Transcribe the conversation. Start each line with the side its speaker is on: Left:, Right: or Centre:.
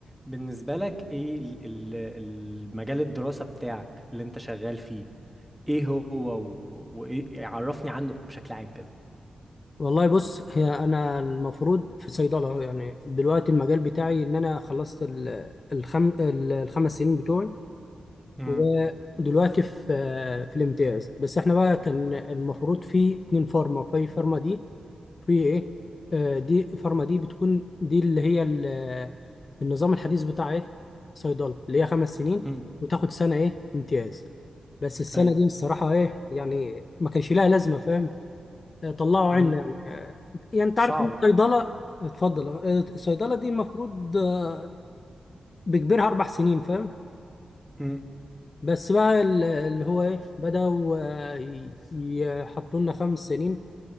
Centre: بالنسبة لك ايه ال- ال- المجال الدراسة بتاعك اللي انت شغال فيه ايه هو و- وايه يعني عرفني عنه بشكل عام كده
Left: والله بص هي انا المفروض في صيدله أهو، يعني دلوقتي المجال بتاعي ان انا خلصت ال- الخم... ال- الخمس سنين بتوعي
Centre: امم
Left: ودلوقتي في في الامتياز بس احنا بقى كان المفروض في اتنين فارما في فارما دي في ايه آه، دي فارما دي بتكون دي اللي هي ال- النظام الحديث بتاع ايه صيدله اللي هي خمس سنين
Centre: امم
Left: وتاخد سنه ايه امتياز بس السنه
Centre: ايوه
Left: دي الصراحه ايه يعني ما كانش لها لازمه فاهم طلعوا
Centre: امم
Left: عنا يعني انت
Centre: صعبة
Left: عارف إن الصيدله اتفضل آه، الصيدله دي المفروض آه، بكبرها اربع سنين فاهم
Centre: امم
Left: بس بقى ال- اللي هو ايه بداوا آه، ي- يحطوا لنا خمس سنين